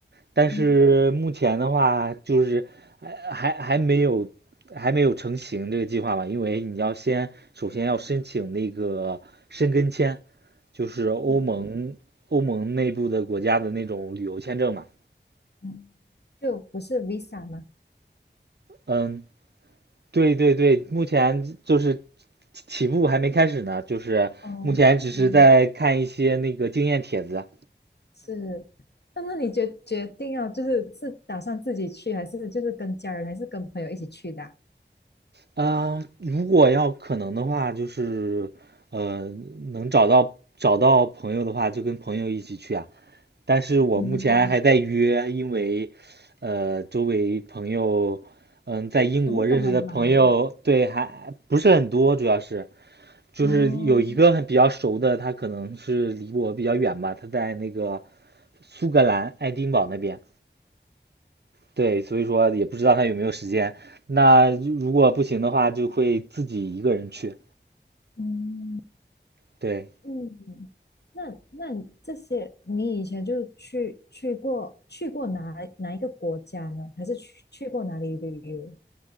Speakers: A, on the right (about 60°); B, on the left (about 60°).
A: 但是目前的话，
B: 嗯。
A: 就是还还还没有还没有成型这个计划吧，因为你要先首先要申请那个申根签，就是欧盟欧盟内部的国家的那种旅游签证嘛。
B: 哦嗯，就不是 Visa 吗？
A: 嗯，对对对，目前就是起步还没开始呢，就是目前只是在看一些那个经验帖子。
B: 哦，嗯，是。那那你决决定要就是是打算自己去，还是就是跟家人，还是跟朋友一起去的啊
A: 啊，如果要可能的话，就是呃，能找到找到朋友的话，就跟朋友一起去啊。但是我目前还在约，
B: 嗯，
A: 因为呃，周围朋友，嗯，在英国认识的朋友，
B: 全部都很忙。
A: 对，还不是很多，主要是就是有一个很比较熟的，
B: 哦，
A: 他可能是离我比较远吧，他在那个苏格兰爱丁堡那边。对，所以说也不知道他有没有时间。那如果不行的话，就会自己一个人去。
B: 嗯
A: 对，
B: 嗯，那那你这些你以前就去去过去过哪哪一个国家呢？还是去去过哪里旅游？